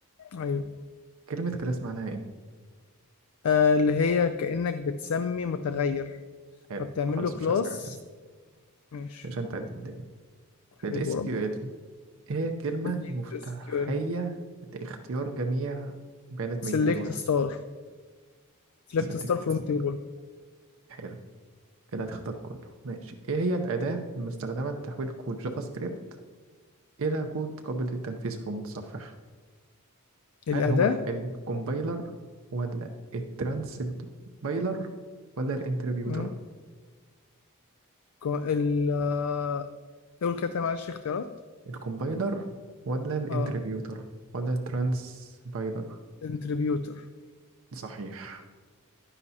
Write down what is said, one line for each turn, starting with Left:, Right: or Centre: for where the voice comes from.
Left: ايوه
Right: كلمة كلاس معناها ايه
Left: آه اللي هي كأنك بتسمي متغير
Right: حلو
Left: فبتعمل
Right: خلاص
Left: له كلاس
Right: مش هسألك تاني
Left: ماشي
Right: عشان تعدي الدنيا
Left: حبيبي
Right: في ال SQL
Left: وربنا
Right: ايه هي الكلمة
Left: اديني
Right: المفتاحية
Left: في اس كيو ال
Right: لاختيار جميع بيانات من
Left: سيلكت
Right: الجدول
Left: ستار سيلكت
Right: select
Left: ستار فروم
Right: this.
Left: تيبل
Right: حلو كده هتختار كله ماشي ايه هي الأداة المستخدمة لتحويل كود جافا سكريبت إلى كود قابل للتنفيذ في المتصفح
Left: الأداة
Right: هل هو الكومبايلر ولا الترانسبايلر ولا الانتربيوتر
Left: مم. كو- ال آه، قول كده تاني معلش اختيارات
Right: الكومبايلر ولا الانتربيوتر
Left: اه
Right: ولا الترانسبايلر
Left: انتربيوتر
Right: صحيح